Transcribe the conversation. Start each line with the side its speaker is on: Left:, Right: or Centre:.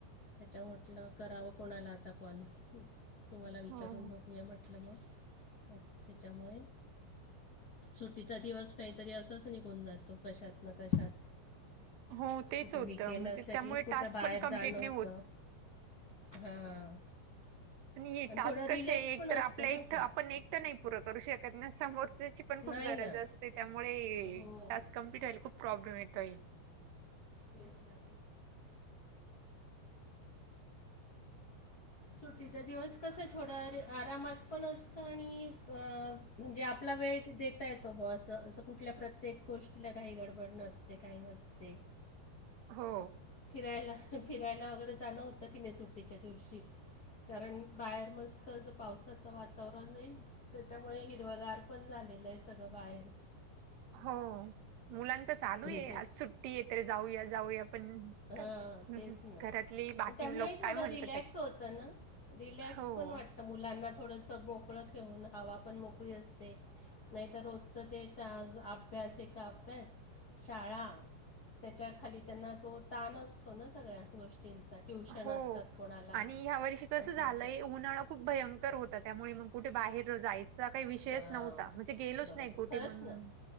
Left: त्याच्यामुळे म्हटलं करावं कोणाला आता कॉल तुम्हाला विचारून
Right: हो
Left: बघूया म्हटलं मग अस त्याच्यामुळे सुट्टीचा दिवस नाही तरी असंच निघून जातो कशात न कशात
Right: हो तेच
Left: कुठं
Right: होतं
Left: वकेंड
Right: म्हणजे
Left: असलं
Right: त्यामुळे
Left: की कुठं
Right: टास्क
Left: बाहेर
Right: पण कंप्लीट
Left: जाणं
Right: नाही
Left: होतं
Right: होत
Left: हां
Right: प हे
Left: आणि
Right: टास्क
Left: थोडं रिलॅक्स
Right: कसे आहे एक
Left: पण
Right: तर
Left: असतं
Right: आपल्या
Left: ना
Right: एकट
Left: असं
Right: आपण एकटं नाही पूर करू शकत ना समोरच्याची पण खूप
Left: नाही
Right: गरज
Left: ना
Right: असते. त्यामुळे
Left: हो
Right: टास्क कमप्लीट व्हायला खूप प्रॉब्लेम येतोय.
Left: तेच ना सुट्टीचा दिवस कसा आहे थोडाे आरामात पण असतं आणि अ म्हणजे आपला वेळ देता येतो ब असं असं कुठल्या प्रत्येक गोष्टीला काही गडबड नसते काही नसते नस्ते
Right: हो
Left: असं फिरायला फिरायला वगैरे जाणं होतं कि नाही सुट्टीच्या दिवशी कारण बाहेर मस्त असं पावसाचं वातावरण आहे त्याच्यामुळे हिरवगार पण झालेलं आहे सगळं बाहेर
Right: हो मुलांच चालू आहे
Left: त्याच्या
Right: आज सुट्टी आहे तरी जाऊया जाऊया पण आता
Left: हा
Right: हम्म,
Left: तेच
Right: हम्म.
Left: ना
Right: घरातली बाकी
Left: त्यांनाही
Right: लोक
Left: थोडं
Right: काय म्हणतात
Left: रिलॅक्स
Right: आहे.
Left: होतं ना रिलॅक्स
Right: हो
Left: पण वाटत तर मुलांना थोडंसं मोकळं घेऊन हवा पण मोकळी असते नाहीत रोजचं ते एक अभ्यास ए अभ्यास शाळा त्याच्या खाली त्यांना तो ताण असतो ना सगळ्या गोष्टींचा ट्युशन
Right: हो
Left: असतात कोणाला
Right: आणि ह्या वर्षी कसं
Left: अशा
Right: झालंय
Left: अशा
Right: उन्हाळा खूप भयंकर होता त्यामुळे मग कुठे बाहेर जायचं चा काही विषयच
Left: हां
Right: नव्हता म्हणजे गेलोच
Left: बरोबर
Right: नाही कुठे
Left: खरंच
Right: मग
Left: ना